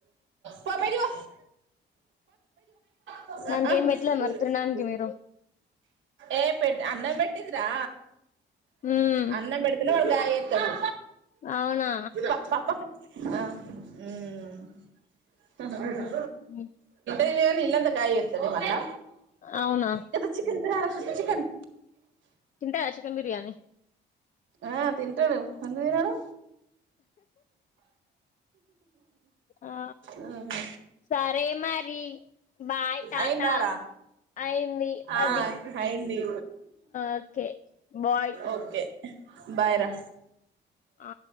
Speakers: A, on the right (about 70°); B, on the left (about 40°).
A: పో బయటికి పో ఉ
B: దానికి ఏం పెట్టలే
A: ఊ
B: మరి తినడానికి మీరు
A: ఏ పెట్ అన్నం పెట్టిందిరా
B: ఉమ్
A: అన్నం పెడితేనే వాడు బ్యాగ్ ఎ తాడు
B: అవునా
A: <unintelligible> తింటే
B: ఉమ్
A: తినే గానీ ఇల్లంతా ఖాళీ <inaudible> మళ్ళా
B: అవునా
A: తేపో చికెన్ <inaudible> చికెన్
B: తింటయా చికెన్ బిర్యానీ
A: ఆ తింటాడు ఎందుకు తినడు
B: ఆ
A: అవును
B: సరే మరి బాయ్ టాటా
A: అయ్యిందా రా
B: అయింది
A: ఆ
B: అది
A: అయ్యింది
B: ఓకే బాయ్
A: ఓకే బాయ్ రా
B: ఆ